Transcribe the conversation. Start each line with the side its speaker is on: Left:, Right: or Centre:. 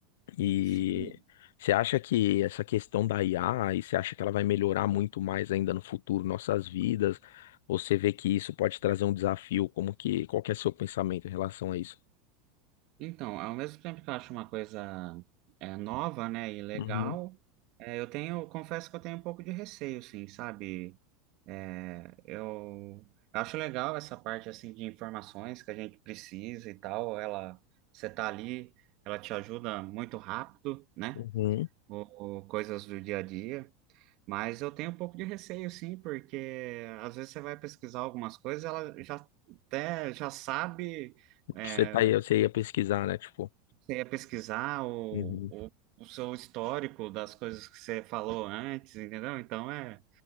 Left: E
Right: sim.
Left: você acha que essa questão da IA, e você acha que ela vai melhorar muito mais ainda no futuro nossas vidas? Ou Você vê que isso pode trazer um desafio, como que, qual que é seu pensamento em relação a isso?
Right: Então, ao mesmo tempo que eu acho uma coisa é, nova, né, e legal,
Left: Uhum.
Right: é, eu tenho, confesso que eu tenho um pouco de receio, sim, sabe? É, eu, eu acho legal essa parte, assim, de informações que a gente precisa e tal, ela, você tá ali, ela te ajuda muito rápido, né,
Left: uhum.
Right: ou, ou coisas do dia a dia, mas eu tenho um pouco de receio, sim, porque às vezes você vai pesquisar algumas coisas, ela já até, já sabe... eh,
Left: Você tá aí, você ia pesquisar, né? Tipo,
Right: você ia pesquisar o,
Left: Uhum.
Right: o, o seu histórico das coisas que você falou antes, entendeu? Então é,